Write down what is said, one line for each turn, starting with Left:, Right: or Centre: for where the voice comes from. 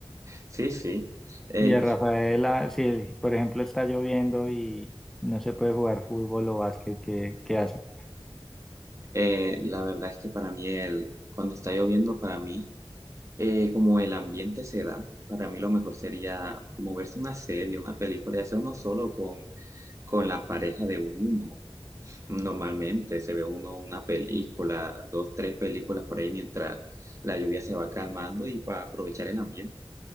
Right: sí, sí. Eh,
Centre: Y a Rafaela, si por ejemplo está lloviendo y no se puede jugar fútbol o básquet, ¿qué, qué hace?
Right: eh, la verdad es que para mí el, cuando está lloviendo, para mí eh, como el ambiente se da, para mí lo mejor sería como verse una serie, una película, y hacer uno solo con, con la pareja de uno. Normalmente se ve uno una película, dos, tres películas por ahí mientras la lluvia se va calmando y para aprovechar el ambiente.